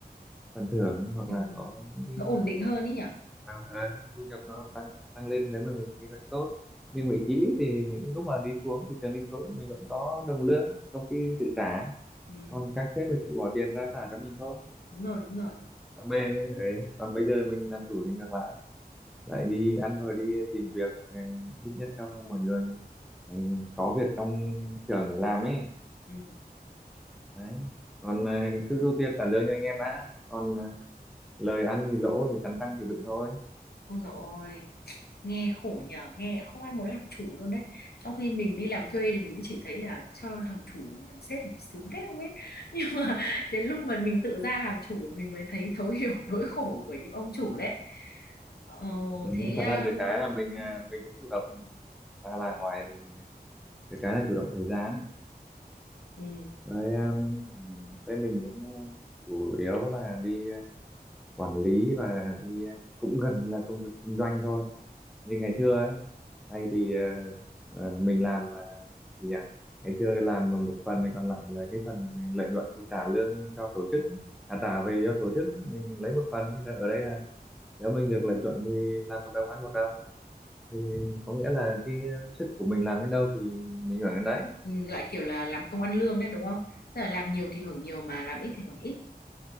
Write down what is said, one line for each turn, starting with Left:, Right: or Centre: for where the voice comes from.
Centre: phần thưởng hoặc
Left: ừm,
Centre: là có những cái
Left: Nó ổn định hơn ấy nhở?
Centre: ờ, thu nhập nó tăng tăng lên nếu mà mình kinh doanh tốt nhưng vị trí thì những lúc mà đi xuống thì cần đi xuống thì mình vẫn có đồng lương công ty tự trả
Left: Ừm,
Centre: còn các sếp thì tự bỏ tiền ra trả cho mình thôi
Left: đúng rồi, đúng rồi.
Centre: còn bây, ấy, còn bây giờ mình làm chủ thì ngược lại lại đi ăn rồi đi tìm việc ừ, ít nhất cho mọi người ừ, có việc trong trường để làm ấy
Left: Ừm.
Centre: đấy còn ờ, cứ ưu tiên trả lương cho anh em đã còn ờ, lời ăn thì lỗ thì cắn răng chịu đựng thôi
Left: Ôi dồi ôi, nghe khổ nhờ, nghe không ai muốn làm chủ luôn đấy. Trong khi mình đi làm thuê thì mình cứ chỉ thấy là cho thằng chủ, thằng sếp thì nó sướng thế không biết. <laughs> Nhưng mà đến lúc mà mình tự ra làm chủ mình mới thấy thấu hiểu <laughs> nỗi khổ của những ông chủ đấy. Ờ,
Centre: ừ,
Left: thế
Centre: thật
Left: à,
Centre: ra được cái là mình ờ, mình cũng chủ động ra là ngoài mình ờ, được cái là chủ động thời gian
Left: ừ,
Centre: với um, ừ, với mình cũng ờ, chủ yếu là đi ờ, quản lý và đi ờ, cũng gần như là công việc kinh doanh thôi như ngày xưa ấy thay vì ờ, ờ, mình làm mà gì nhỉ ngày xưa làm mà một phần thì còn lại là cái phần lợi nhuận thì trả lương cho tổ chức à, trả về cho tổ chức mình lấy một phần thì là ở đây là nếu mình được lợi nhuận thì làm một đồng ăn một đồng thì có nghĩa là cái sức của mình làm đến đâu thì mình hưởng đến đấy
Left: ừ, lại kiểu là làm công ăn lương đấy đúng không? Tức là làm nhiều thì hưởng nhiều mà làm ít thì hưởng ít.